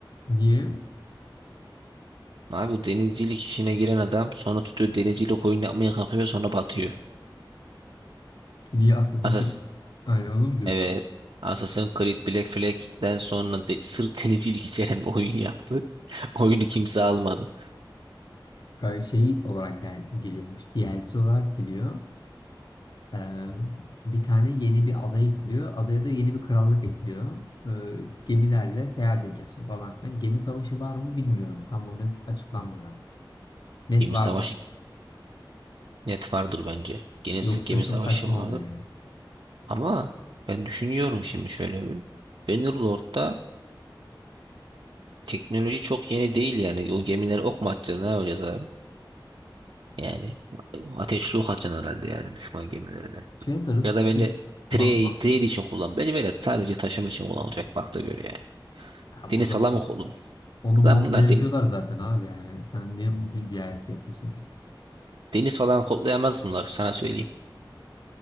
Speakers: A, on the left (about 60°); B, on the right (about 80°).
A: Niye?
B: Abi bu denizcilik işine giren adam sonra tutuyor denizcilik oyun yapmaya kalkıyor sonra batıyor.
A: Niye Assassin's
B: Asas
A: Creed? Aynen onu mu diyorsun?
B: evet. Assassin's Creed Black Flag'den sonra de, sırf denizcilik içeren <laughs> oyun yaptı. <laughs> Oyunu kimse almadı.
A: Kanka şey olarak gel geliyormuş. DLC olarak geliyor. Ee, bir tane yeni bir ada ekliyor. Adaya da yeni bir krallık ekliyor. Ee, gemilerle seyahat ediyorsun falan filan. Gemi savaşı var mı bilmiyorum. Tam o net açıklanmadan. Net
B: Gemi
A: vardır.
B: savaşı net vardır bence. Gene
A: Yoksa
B: gemi
A: çok
B: savaşı
A: saçma
B: vardır.
A: oluyor yani.
B: Ama ben düşünüyorum şimdi şöyle bir. Bannerlord'da Teknoloji çok yeni değil yani. O gemileri ok mu atacağız ne yapacağız abi? Yani ateşli ok atacaksın herhalde yani düşman gemilerine.
A: Şey atarız.
B: Ya da bence
A: Tri-
B: trade,
A: ma- ma-
B: trade için kullan. Bence böyle sadece taşıma için kullanılacak bak da gör ya.
A: Tamam
B: Deniz
A: o zaman
B: falan mı kolum?
A: onu modla
B: Lan bunlar
A: yapıyorlar
B: den-
A: zaten abi yani. Sen niye bu di- DLC yapıyorsun ki?
B: deniz falan kodlayamaz bunlar sana söyleyeyim.